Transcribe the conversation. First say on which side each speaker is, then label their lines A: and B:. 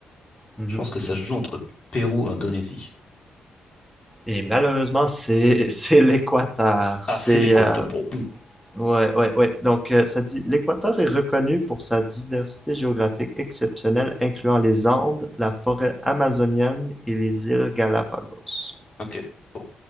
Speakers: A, in the centre; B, on the left (about 40°).
A: Mhm,
B: Je pense que
A: mhm.
B: ça se joue entre Pérou et Indonésie.
A: Et malheureusement, c'est <laughs> c'est l'Équateur.
B: Ah,
A: C'est
B: c'est l'Équateur.
A: euh,
B: Bon, pff,
A: ouais ouais ouais. Donc euh, ça dit l'Équateur est reconnu pour sa diversité géographique exceptionnelle, incluant les Andes, la forêt amazonienne et les îles Galapagos.
B: ok. Bon,